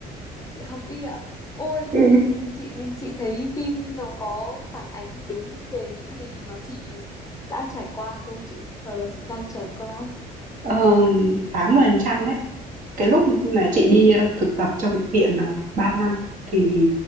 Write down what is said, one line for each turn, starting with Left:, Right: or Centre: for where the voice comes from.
Left: chị học y ạ ôi
Right: <laughs>
Left: thế
Right: ừ
Left: thì chị chị chị thấy phim nó có phản ánh đúng về những gì mà chị đã trải qua không chị hoặc là chị đang trải qua
Right: Ờ, 80% đấy. Cái lúc là chị đi ờ, thực tập trong bệnh viện là 3 năm thì